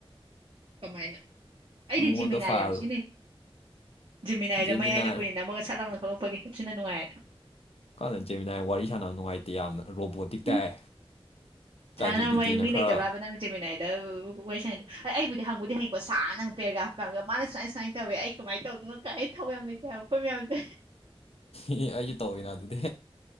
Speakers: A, on the right; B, on the left.
A: ꯀꯃꯥꯏꯅ ꯑꯩꯗꯤ
B: ꯃꯉꯣꯟꯗ
A: ꯖꯤꯃꯤꯅꯥ
B: ꯐꯥꯏꯜ
A: ꯌꯥꯝ ꯁꯤꯅꯤꯩ ꯖꯤꯃꯤꯅꯥꯏꯗ
B: ꯖꯦꯃꯤꯅꯥꯏ
A: ꯃꯌꯥꯏꯗ ꯀꯨꯏꯅ ꯑꯃꯒ ꯁꯠꯂꯥꯎꯅ ꯊꯣꯛꯂꯛꯄꯒꯤ ꯁꯅ ꯅꯨꯡꯉꯥꯏꯌꯦꯗ
B: ꯀꯥꯟꯅꯅ ꯆꯦꯃꯤꯅꯥ ꯋꯥꯔꯤ ꯁꯥꯟꯅꯕ ꯅꯨꯡꯉꯥꯏꯇꯦ ꯌꯥꯝꯅ ꯔꯣꯕꯣꯇꯤꯛ ꯇꯥꯏ
A: ꯎꯝ
B: ꯆꯥꯠ
A: ꯁꯅꯕ
B: ꯖꯤ ꯄꯤ ꯇꯤꯅ
A: ꯃꯤ
B: ꯈꯔ
A: ꯂꯩꯇꯕ꯭ꯔꯥꯕ ꯅꯪ ꯆꯦꯃꯤꯅꯥꯏꯗ ꯋꯥꯔꯤ ꯁꯥꯏꯗ ꯑꯩꯕꯨꯗꯤ ꯍꯪꯕꯨꯗꯤ ꯍꯪꯉꯀꯣ ꯁꯥꯅꯪ ꯄꯦꯒ꯭ꯔꯥ ꯀ ꯀꯥꯡꯒ ꯃꯥꯅ ꯁꯨꯃꯥꯏ ꯁꯨꯃꯥꯏꯅ ꯇꯧꯋꯦ ꯑꯩ ꯀꯃꯥꯏꯅ ꯇꯧꯗꯅꯣ ꯑꯩ ꯊꯧ ꯌꯥꯝ ꯂꯩꯦ ꯎꯄꯝ ꯌꯥꯎꯗꯦ
B: ꯑꯦ ꯑꯩꯁꯨ ꯇꯧꯋꯏꯅ ꯑꯗꯨꯗꯤ